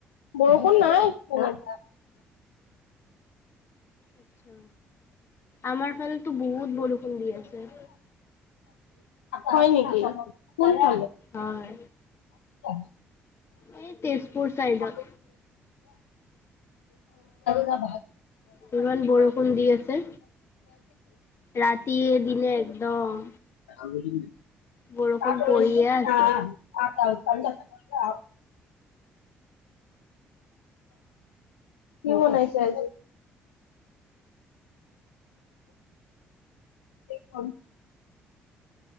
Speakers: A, on the left; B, on the left.
A: বৰষুণ নাই, অ!
B: আচ্ছা, আৰ খালো বহুত বৰষুণ দি আছে।
A: হয় নেকি কোনফ
B: হয়
A: উ
B: এই তেজপুৰ চাইডত
A: ব ত ভ
B: ধমান বৰষুণ দিিয় আছে ৰা তিয় দিনে একদম
A: আৰু
B: বৰষুণ
A: ক
B: পৰিয়ে
A: ন
B: আছে।
A: আ কি বনাইছে আজ খন